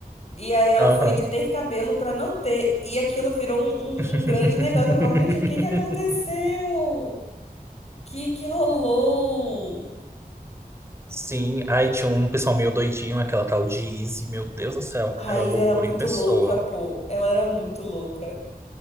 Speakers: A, on the left; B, on the right.
A: E aí ela
B: Aham.
A: foi de ter cabelo pra não ter, e aquilo virou um, um-
B: <laughs>
A: um grande negócio. Eu falava, gente, o que que aconteceu? O que que rolou?
B: Sim, aí tinha um pessoal meio doidinho, aquela tal de Izzy, meu Deus do céu,
A: A Raiz
B: era loucura
A: era muito
B: em pessoa.
A: louca, pô. Ela era muito louca.